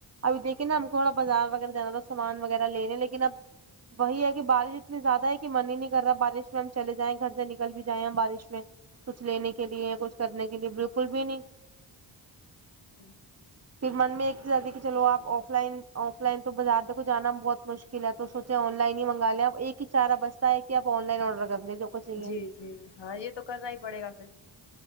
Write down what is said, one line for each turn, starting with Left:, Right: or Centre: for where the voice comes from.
Right: اب دیکھے نا ہم کو تھوڑا بازار وغیرہ جانا تھا سامان وغیرہ لےنے لیکن اب وہی ہے کہ بارش اتنی زیادہ ہے کے من ہی نہیں کر رہا بارش میں ہم چلے جائیں گھر سے نکل بھی جائیں ہیں بارش میں کچھ لینے کے لیے کچھ کرنے کے لیے بالکل بھی نہیں
Left: اچھا
Right: پھر من میں ایک چیز آتی ہے کہ چلو آپ آف لائن آف لائن تو بازار کو جانا بہت مشکل ہے تو سوچے آن لائن ہی منگا لے ایک ہی چارا بس کہ آپ آن لائن آڈر کر لے جو کچھ چاہیے
Left: جی جی ہاں یہ تو کرنا ہی پڑے گا پھر